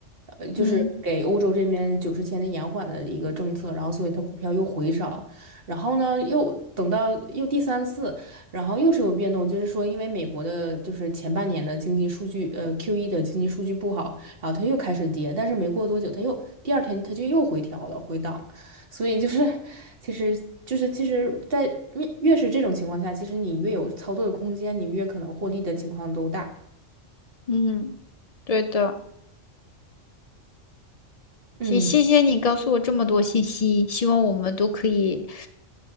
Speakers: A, on the right; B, on the left.
A: 呃就是给欧洲这边九十天的延缓的一个政策，
B: 嗯。
A: 然后所以它股票又回涨，然后呢又等到又第三次。然后又是有变动，就是说，因为美国的就是前半年的经济数据，呃 q 一的经济数据不好，然后它又开始跌，但是没过多久，它又第二天它就又回调了，回档，所以就是，其实就是其实在，越越是这种情况下，其实你越有操作的空间，你越可能获利的情况都大。
B: 嗯，对的。
A: 嗯，
B: 行，谢谢你告诉我这么多信息，希望我们都可以，